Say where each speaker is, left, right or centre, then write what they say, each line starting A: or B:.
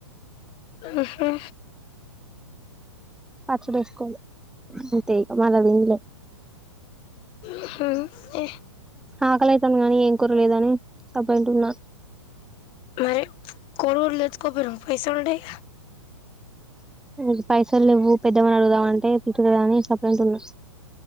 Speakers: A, on the left; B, in the centre.
A: ఆహా
B: పచ్చడి వేసుకో అంతే మన తిన్లే
A: ఉహు ఏ
B: ఆకలయితాంది గానీ ఏం కుర లేదని సప్పు అంటు ఉన్నా
A: మరి కోడిగుడ్లు తెచ్చుకోకపోయినా పైసలు ఉంటాయిగా
B: కు పైసలు లేవు పెద్దమ్మ అడుగుదామంటే తిడ్తది అని సపరేంట్ ఉన్నా